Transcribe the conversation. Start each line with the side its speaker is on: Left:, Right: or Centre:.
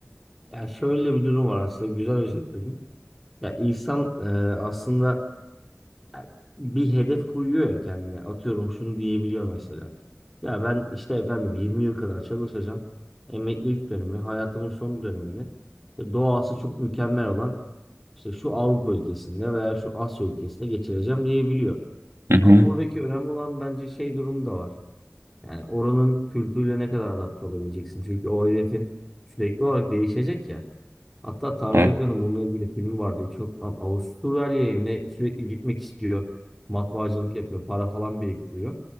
Centre: ya şöyle bir durum var aslında güzel özetledin. Ya insan e, aslında ya bir hedef koyuyor ya kendine. Atıyorum şunu diyebiliyor mesela. Ya ben işte efendim 20 yıl kadar çalışacağım. Emeklilik dönemi, hayatımın son dönemini işte doğası çok mükemmel olan işte şu Avrupa ülkesinde veya şu Asya ülkesinde geçireceğim diyebiliyor.
Right: Hı hı.
Centre: Ama buradaki önemli olan bence şey durumu da var. Yani oranın kültürüyle ne kadar adapte olabileceksin. Çünkü o hedefin sürekli olarak değişecek ya. Hatta Tarık
Right: Evet.
Centre: Akan'ın bununla ilgili filmi vardı. Hiç unutmam. Avusturya'ya mı ne sürekli gitmek istiyor. Matbaacılık yapıyor. Para falan biriktiriyor.